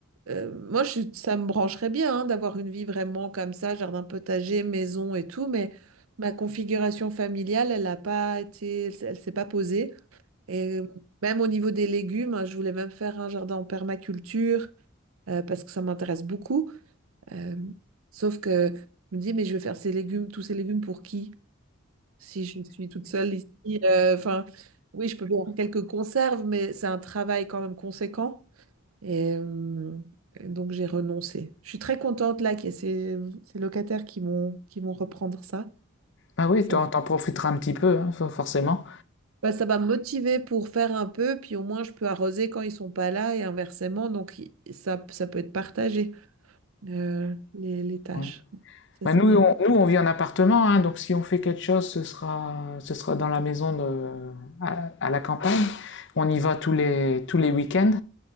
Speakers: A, on the right; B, on the left.
A: euh, moi je, suis- ça me brancherait bien hein, d'avoir une vie vraiment comme ça, jardin potager, maison et tout, mais ma configuration familiale, elle n'a pas été, elle, s'est elle s'est pas posée. Et même au niveau des légumes, hein, je voulais même faire un jardin en permaculture euh, parce que ça m'intéresse beaucoup. Euh, sauf que je me dis, mais je vais faire ces légumes, tous ces légumes pour qui? Si je suis toute seule ici, euh, enfin, oui, je peux bien faire quelques conserves, mais c'est un travail quand même conséquent. Et, euh, et donc j'ai renoncé. Je suis très contente là qu'il y ait ces, ces locataires qui vont, qui vont reprendre ça.
B: Ah oui,
A: Ça,
B: t'en,
A: me-
B: t'en profiteras un petit peu, hein, for- forcément.
A: bah, ça va me motiver pour faire un peu, puis au moins je peux arroser quand ils sont pas là et inversement. Donc i- ça, ça peut être partagé, euh, les, les tâches.
B: Ouais.
A: Ça
B: Bah,
A: c'est
B: nous,
A: bien.
B: on, nous, on vit en appartement, hein, donc si on fait quelque chose, ce sera, ce sera dans la maison de, à, à la campagne. On y va tous les, tous les week-ends,